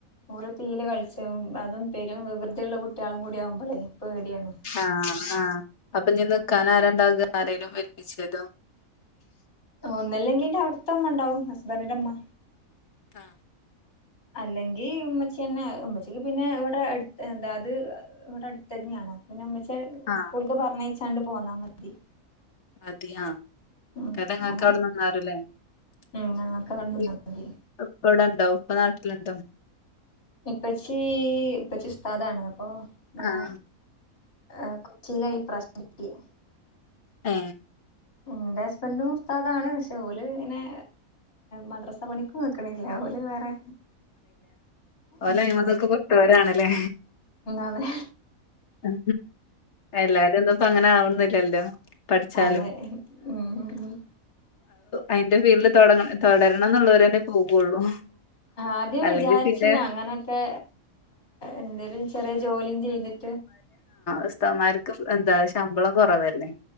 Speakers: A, on the left; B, on the left.
A: ഓല തീയിൽ കളിച്ചും അതും പെരും വിവൃതിയുള്ള കുട്ടികളും കൂടി ആവുമ്പോളേ- പേടിയാണ്
B: ആഹ ആഹ, അപ്പൊനിക്കാൻ ആരാണ്ടാകുക ആരേലും ഏൽപ്പിക്ക-
A: ഒന്നല്ലെങ്കിന്റെ അവിടുത്തെ അമ്മ ഉണ്ടാവും ഹസ്ബൻറിന്റെമ്മ
B: ആഹ
A: അല്ലെങ്കി ഉമ്മച്ചിന്നെ ഉമ്മച്ചക്ക് പിന്നെ ഇവിടെ അടുത്ത് ഇവിടെ അടുത്ത തന്നെയാണ് പിന്നെമ്മച്ച
B: ആഹ്
A: സ്കൂളക്ക് പറഞ്ഞച്ചാണ്ട് പോന്നാ മതി
B: അതിയാ
A: ഉം
B: കഥങക്
A: അങ്ങനെ
B: അവിടെ <unintelligible>
A: ഉം അവിടെ നിന്നാ
B: ഇപ്പ
A: മതി
B: ഇവിടെയുണ്ടോ ഉപ്പ നാട്ടിലുണ്ടോ
A: ഇപ്പച്ചി ഇപ്പച്ചി ഉസ്താദാണ് അപ്പൊ ഇവിട
B: ആഹ്
A: ആ കൊച്ചിയിലായി ഇപ്രാവശ്യം കിട്ടിയേ
B: ഏ
A: എന്റെ ഹസ്ബന്റും ഉസ്താദ് ആണ് പക്ഷെ ഓല് പിന്നെ മദ്രസ പണിക്കും നിക്ക്ണില്ല വേറെ
B: ഓല്
A: ഉം
B: അതിമ്മന്നൊകെ വിട്ടോലാണ് ലേ
A: അതെ
B: ഉം എല്ലാരും ഒന്നും ഇപ്പോ അങ്ങനെ ആവുന്നില്ലല്ലോ പഠിച്ചാലും
A: അതെ ഉം
B: അതിന്റെ ഫീൽഡ്തുടരണം എന്നുള്ളവരന്നെ പോകുള്ളൂ
A: ആദ്യം
B: അല്ലെങ്കിൽ
A: വിചാരിച്ചി
B: പിന്നെ
A: ന്നു അങ്ങനൊക്കെ എന്തേലും ചെറിയ ജോലിയും ചെയ്തിട്ട്
B: ഉസ്തമാർക്ക് എന്താ ശമ്പളം കുറവല്ലേ